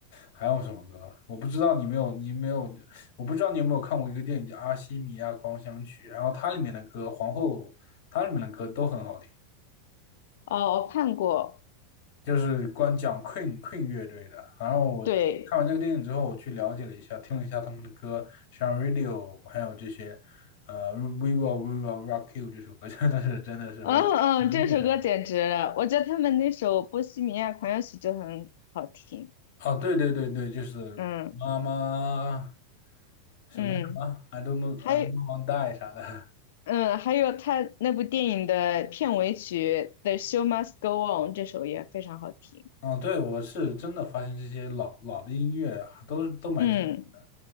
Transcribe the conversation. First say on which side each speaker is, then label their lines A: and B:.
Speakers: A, on the left; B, on the left.
A: 还有什么歌？我不知道你没有你没有，我不知道你有没有看过一个电影叫《阿西米亚狂想曲》，然后它里面的歌，皇后它里面的歌都很好听。
B: 哦，我看过，
A: 就是光讲 Queen Queen 乐队的。然后我看完这个电影之后，
B: 对，
A: 我去了解了一下，听了一下他们的歌，像 Radio，还有这些，呃，We Will We Will Rock You 这首歌，<laughs> 真的是真的是我很经典的。
B: 嗯嗯，这首歌简直了，我觉得他们那首《波西米亚狂想曲》就很好听。
A: 哦，对对对对，就是妈妈
B: 嗯
A: 什么什么，I
B: 嗯，
A: don't know
B: 还有
A: I don't know w a n die 啥的。
B: 嗯，还有他那部电影的片尾曲《The Show Must Go On》这首也非常好听。
A: 嗯，对，我是真的发现这些老老的音乐还都都蛮经典的，
B: 嗯，